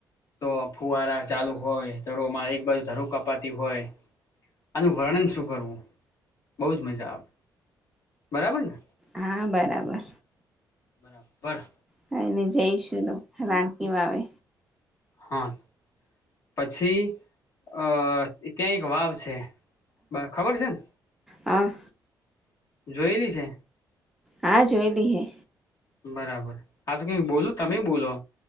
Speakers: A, on the left; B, in the centre.
A: તો ફુવારા ચાલુ હોય, ધરોમા એક બાજુ ધરું કપાતી હોય. આનુ, વર્ણન શું કરવું બહજ મજા આવે બરાબર ને
B: હા, બરાબર
A: બરાબર બર
B: કઈને જઈશુ, તો રાકી વાવે
A: હા પછી અ ત્યાં એક વાવ છે, ખબર છેને
B: હા.
A: જોયેલી છે.
B: હા, જોયલીઈ હે
A: બરાબર. હા તો કઈક બોલ તમે બોલો?